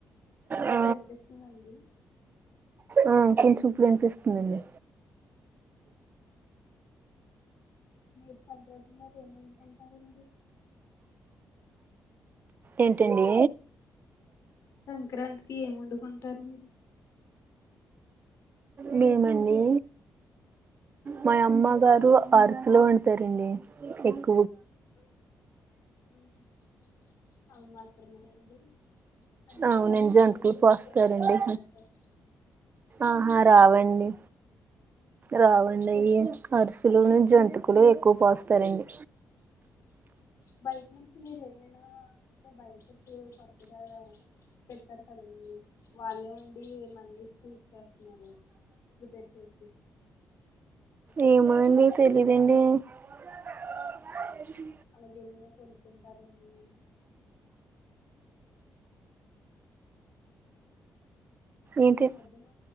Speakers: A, on the left; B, on the right.
A: ఇప్పుడు
B: ఆ
A: వినిపిస్తుందండి
B: ఆ కొంచెం ఇప్పుడు వినిపిస్తుందండి
A: మీరు సంక్రాంతి మరి ఏం వండుకుంటారండి
B: ఏంటండి
A: సంక్రాంతికి ఏం వండుకుంటారు మీరు
B: మేమండి మా అమ్మ గారు అరుస్లో వండుతారండి ఎక్కువ
A: <unintelligible> అవి మాత్రమే అండి అంటే
B: అవునండి
A: కజ్జికాయలు
B: జంతుకులు పోస్తారండి
A: గులాబీలు అలా చేస్తాం
B: ఆహా రావండి రావండయి అరిసెలు ను జంతికులు ఎక్కువ పోస్తారండి
A: బయట నుంచి మీరు ఏమైనా అంటే బయటిప్పుడు కొత్తగా పెట్టారు కదండీ వాళ్ళే ఉండి మనీ ఇస్తే ఇచ్చేస్తున్నారు ప్రిపేర్ చేసి
B: ఏమో అండి తెలీదండి
A: అలా
B: <unintelligible>
A: అలాగేమైనా కొనుక్కుంటారా అండి అంటే
B: ఏంటి
A: ఈ మధ్యన